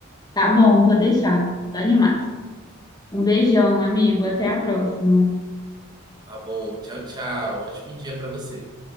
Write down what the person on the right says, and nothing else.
Tá bom, tchau, tchau, um ótimo dia para você.